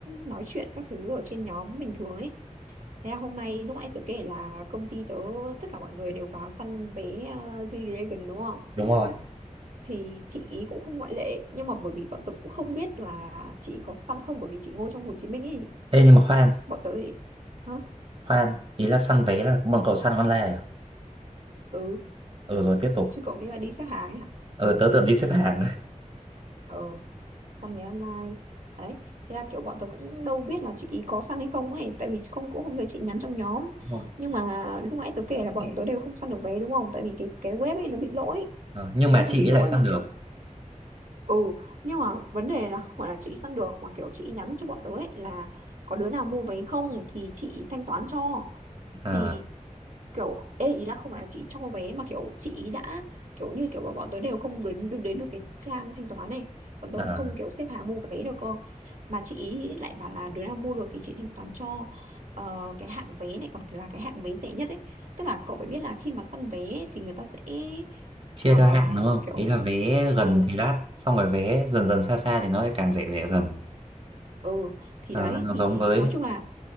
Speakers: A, on the right; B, on the right.
A: nói chuyện các thứ ở trên nhóm bình thường ấy Thế là hôm nay lúc nãy tớ kể là công ty tớ tất cả mọi người đều vào săn vé uh, G-Dragon đúng không?
B: đúng rồi
A: thì chị ý cũng không ngoại lệ nhưng mà bởi vì bọn tớ cũng không biết là chị ý có săn không bởi vì chị ngồi trong Hồ Chí Minh ấy
B: Ê nhưng mà khoan
A: bọn tớ thì hả
B: Khoan, ý là săn vé là bọn cậu săn online à?
A: ừ
B: Ừ rồi tiếp tục.
A: chứ cậu nghĩ là đi xếp hàng ấy hả
B: Ừ tớ tưởng đi xếp hàng.
A: ờ săn vé online đấy thế là kiểu bọn tớ cũng đâu biết là chị ý có săn hay không ấy tại vì không cũng không thấy chị nhắn trong nhóm
B: Đúng rồi.
A: nhưng mà lúc nãy tớ kể
B: <laughs>
A: là bọn tớ đều không săn được vé đúng không tại vì cái cái web ấy nó bị lỗi
B: Ờ, nhưng
A: web
B: mà chị
A: nó bị
B: ấy
A: lỗi
B: lại săn
A: mà
B: được.
A: kiểu Ừ, nhưng mà vấn đề là không phải là chị săn được mà kiểu chị nhắn cho bọn tớ ấy là có đứa nào mua vé không thì chị thanh toán cho.
B: À,
A: Thì kiểu ê ý là không phải là chị cho vé mà kiểu chị đã kiểu như kiểu bọn bọn tớ đều không đến đến được cái trang thanh toán này. Bọn tớ
B: à,
A: còn không kiểu xếp hàng mua vé được cơ. Mà chị ý lại bảo là đứa nào mua được thì chị thanh toán cho. Ờ, cái hạng vé này còn là cái hạng vé rẻ nhất ấy. Tức là cậu phải biết là khi mà săn vé thì người ta sẽ
B: chia
A: ờ,
B: theo hạng đúng không?
A: kiểu
B: Ý là vé gần
A: ừ
B: thì đắt, xong rồi vé dần dần xa xa thì nó lại càng rẻ rẻ dần.
A: ừ thì
B: Ờ,
A: đấy
B: nó
A: thì
B: giống với
A: nói chung là